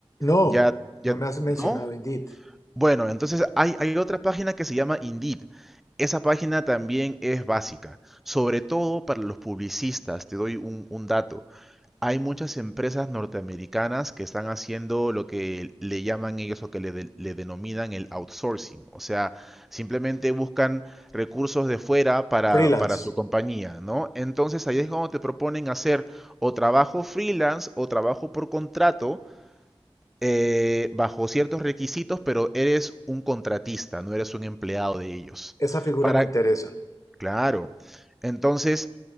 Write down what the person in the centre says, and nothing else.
Ya, ya,
¿no?
Bueno, entonces hay, hay otra página que se llama Indeed. Esa página también es básica, sobre todo para los publicistas. Te doy un, un dato. Hay muchas empresas norteamericanas que están haciendo lo que le llaman ellos o que le, de- le denominan el outsourcing. O sea, simplemente buscan recursos de fuera para,
para su compañía, ¿no? Entonces ahí es cuando te proponen hacer o trabajo freelance o trabajo por contrato eh, bajo ciertos requisitos, pero eres un contratista, no eres un empleado de ellos.
Para,
claro. Entonces,